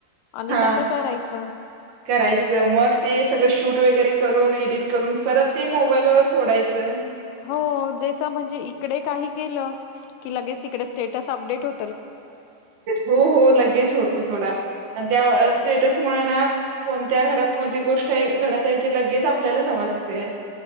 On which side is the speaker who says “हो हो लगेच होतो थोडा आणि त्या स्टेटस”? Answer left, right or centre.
Right